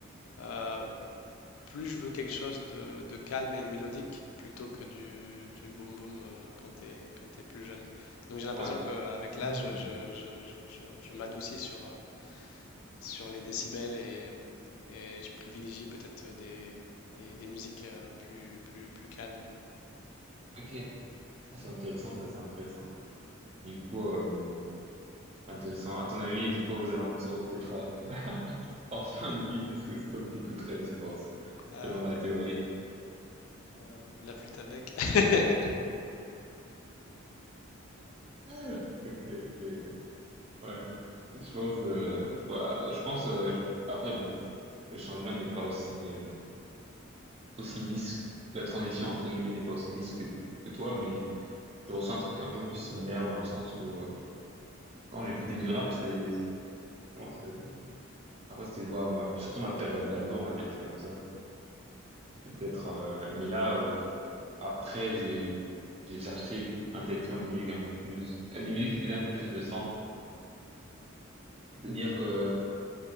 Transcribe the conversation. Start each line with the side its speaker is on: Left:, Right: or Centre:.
Left: euh, plus je veux quelque chose de, de calme et de mélodique plutôt que du, du boom boom euh, quand t'es, quand t'es plus jeune. Donc j'ai l'impression
Right: ou- Ouais.
Left: qu'avec
Right: Ah,
Left: l'âge, je, je, je, je, je m'adoucis sur. euh, sur les décibels et, et je privilégie peut-être des, des, des musiques euh, plus, plus, plus calmes.
Right: ok. Ah, C'est intéressant, ça, c'est intéressant. Du coup, euh, intéressant. À ton avis, du coup, aux alentours, peut-être euh, <laughs> en fin de vie, c'est ce que c'est quoi que tu écouterais, tu penses,
Left: Euh,
Right: selon la théorie?
Left: euh, la flûte à bec, <laughs>
Right: <laughs> Ok, ok, ok. Ouais. Je pense, euh, je, vois- je pense, euh, je- après, bon, le changement n'est pas aussi, euh, aussi lisse, la transition entre guillemets n'est pas aussi lisse que, que toi, mais je ressens un truc un peu plus similaire dans le sens où euh, quand j'écoutais du rap, c'était moi, c'est- après c'était ouais, ma, surtout ma période ado, on va dire ça comme ça. Peut-être, euh, mais là euh, après j'ai j'ai cherché indirectement des musiques un peu plus, des musiques qui faisaient un peu plus de sens. C'est-à-dire que